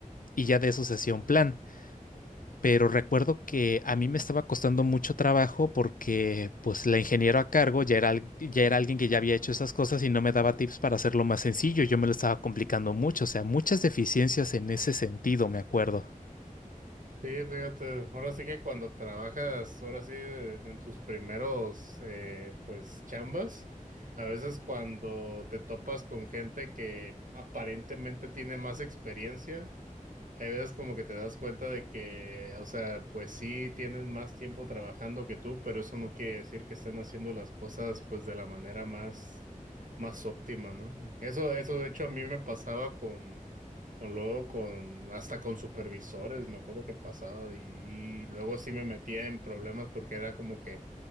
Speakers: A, on the left; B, on the right.
A: y ya de eso se hacía un plan. Pero recuerdo que a mí me estaba costando mucho trabajo porque pues la ingeniera a cargo ya era, al- ya era alguien que ya había hecho esas cosas y no me daba tips para hacerlo más sencillo. Yo me lo estaba complicando mucho, o sea, muchas deficiencias en ese sentido, me acuerdo.
B: Sí, fíjate, ahora sí que cuando trabajas, ahora sí, de- en tus primeros, eh, pues, chambas, a veces cuando te topas con gente que aparentemente tiene más experiencia, hay veces como que te das cuenta de que, o sea, pues sí tienen más tiempo trabajando que tú, pero eso no quiere decir que estén haciendo las cosas pues de la manera más, más óptima, ¿no? Eso, eso de hecho a mí me pasaba con, con luego con, hasta con supervisores, me acuerdo que pasaba y, y luego sí me metía en problemas porque era como que